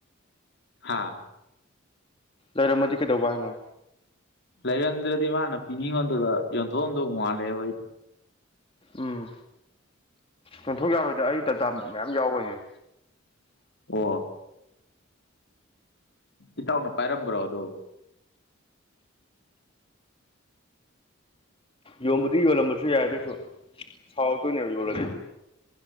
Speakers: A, on the left; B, on the left.
A: ꯍꯥꯥ
B: ꯂꯩꯔꯝꯃꯗꯤ ꯀꯩꯗꯧꯕ ꯍꯥꯏꯅꯣ
A: ꯂꯩꯔꯝꯗ꯭ꯔꯗꯤ ꯃꯥꯅ ꯄꯤꯅꯤꯡꯉꯣꯟꯗꯨꯗ ꯌꯣꯟꯊꯣꯛ ꯑꯣꯟꯊꯣꯛ ꯃꯥꯜꯂꯦꯕꯣꯏ
B: ꯎꯝ ꯌꯣꯟꯊꯣꯛ ꯌꯥꯔꯣꯏꯗ ꯑꯩ ꯗꯇꯥ ꯃꯌꯥꯝ ꯌꯥꯎꯕꯣꯏꯅꯦ
A: ꯑꯣ ꯏꯇꯥꯎꯅ ꯄꯥꯏꯔꯝꯕ꯭ꯔꯣ ꯑꯗꯣ
B: ꯌꯣꯟꯕꯗꯤ ꯌꯣꯜꯂꯝꯕꯁꯨ ꯌꯥꯏ ꯑꯗꯨꯏꯁꯨ ꯁꯥꯎꯔꯛꯇꯣꯏꯅꯦꯕ ꯌꯣꯜꯂꯒꯁꯨ